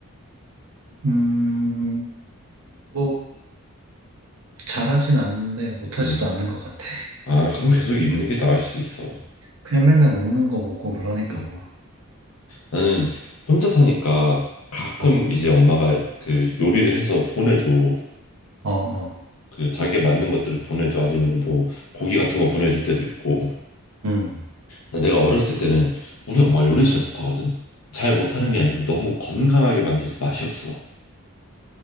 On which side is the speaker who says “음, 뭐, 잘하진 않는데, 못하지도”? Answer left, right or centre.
Right